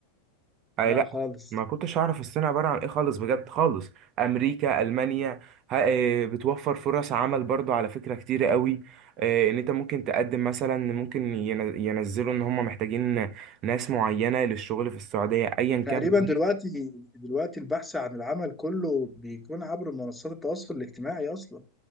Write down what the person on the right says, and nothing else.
أي
لا
ما كنتش اعرف الصين عباره عن ايه خالص بجد خالص امريكا المانيا ها إيه، بتوفر فرص عمل برضو على فكره كتيره قوي إيه، ان انت ممكن تقدم مثلا ممكن ين- ينزلوا ان هم محتاجين ناس معينه للشغل في السعوديه ايا كان